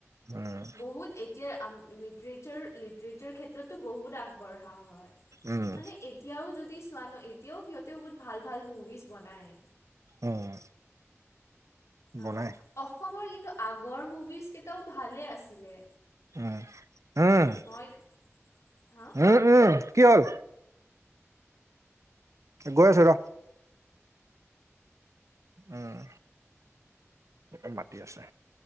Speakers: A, on the right; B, on the left.
A: উম
B: বহুত এ এতিয়া লিটিৰেচাৰ লিটিৰেচাৰ ক্ষেত্ৰতো বহুত আগবঢ়া হয়।
A: উম
B: মানে, এতিয়াও যদি চোৱা ন এতিয়াও সিহঁতেও বহুত ভাল ভাল মুভিজ বনাই।
A: উম। বনাই
B: অ' অসমৰ কিন্তু আগৰ মুভিজ কিটাও ভালে আছিলে।
A: উম। উম
B: মই-হা?
A: উম উম, কি হ'ল গৈ আছো ৰ। উম, এ মাতি আছে।